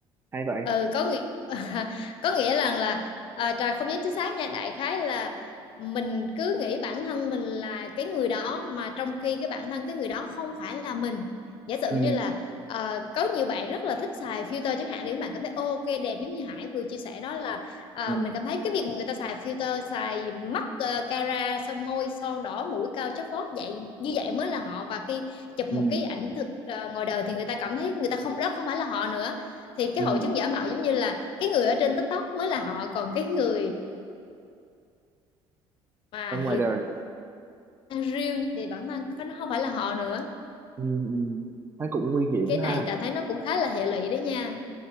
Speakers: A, on the right; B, on the left.
A: hay vậy
B: ừ có nghĩa <laughs> có nghĩa rằng là à, trà không nhớ chính xác nha đại khái là mình cứ nghĩ bản thân mình là cái người đó mà trong khi cái bản thân cái người đó không phải là mình giả sử
A: ừ
B: như là ờ, có nhiều bạn rất là thích xài filter chẳng hạn để các bạn cảm thấy "Ô, ok đẹp giống như Hải vừa chia sẻ đó là ờ,
A: ừ
B: mình cảm thấy cái việc mà người ta xài filter xài mắt uh, cara xong môi son đỏ mũi cao chóp phốt vậy như vậy mới là họ và khi chụp
A: ừ
B: một cái ảnh thực ờ, ngoài đời thì người ta cảm thấy người ta không đó không phải là họ nữa thì
A: ừ
B: cái hội chứng giả mạo giống như là cái người ở trên TikTok mới là họ còn cái người mà
A: ở ngoài
B: hiện
A: đời
B: đang real thì bản thân nó không phải là họ nữa
A: ừ ừ nó cũng nguy hiểm
B: cái
A: ha
B: này Trà thấy nó cũng khá là hệ lụy đấy nha